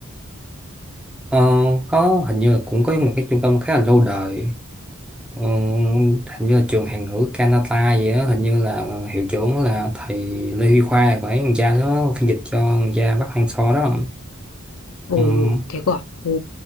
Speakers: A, in the centre; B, on the left.
A: ờ, có hình như là cũng có một cái trung tâm khá là lâu đời Ờ, hình như là trường Hàn ngữ Canada gì đó hình như là hiệu trưởng là thầy Lê Huy Khoa phải thằng cha nó phiên dịch cho thằng cha Bắc Hang So đó
B: Ồ,
A: Ừm,
B: thế cơ à? Ồ.